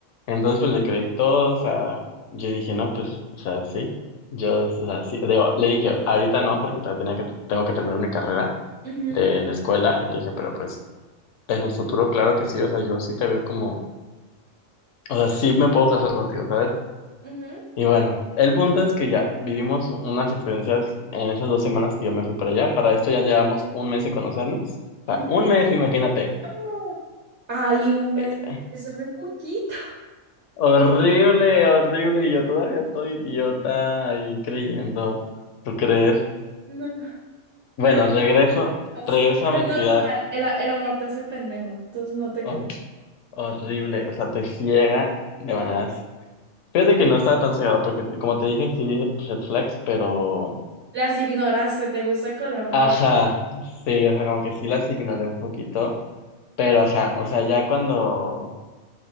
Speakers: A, on the left; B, on the right.
A: entonces pues le creí todo, o sea, yo dije, no, pues, o sea, sí, yo, o sea, sí, digo, le dije, ahorita no, porque todavía tenía que, tengo que terminar mi carrera
B: Ujú,
A: de la escuela. Le dije, pero pues En el futuro, claro que sí, o sea, yo sí te veo como, o sea, sí me puedo casar contigo, ¿sabes?
B: ujú,
A: Y bueno, el punto es que ya vivimos unas experiencias en esas dos semanas que yo me fui para allá. Para esto ya llevamos un mes de conocernos.
B: ujú.
A: O sea, un mes, imagínate.
B: No. Ay, un mes,
A: Eh,
B: es re poquito.
A: horrible, horrible. Y yo todavía estoy idiota ahí creyendo. ¿Tú crees?
B: <laughs> No,
A: Bueno,
B: pero
A: regreso,
B: no, sí,
A: regreso
B: pero
A: a mi
B: es normal,
A: ciudad
B: el, a- el amor te hace pendejo, entonces no te
A: hor-
B: cri-
A: horrible. O sea, te ciega de maneras. Fíjate que no estaba tan cegado porque, como te dije, sí vi red flags, pero
B: Las ignoraste, te gusta el color rojo.
A: Ajá, sí, o sea, como que sí las ignoré un poquito, pero ajá, o sea, ya cuando...